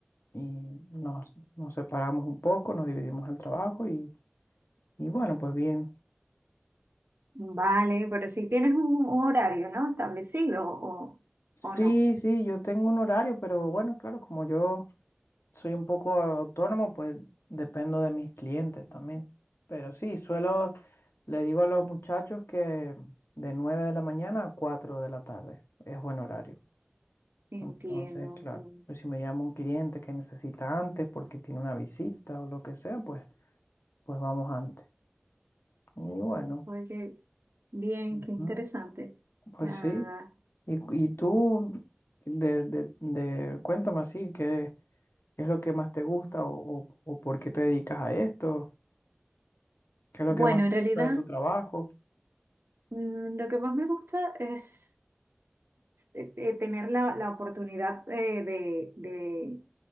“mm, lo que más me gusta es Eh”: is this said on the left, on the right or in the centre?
Right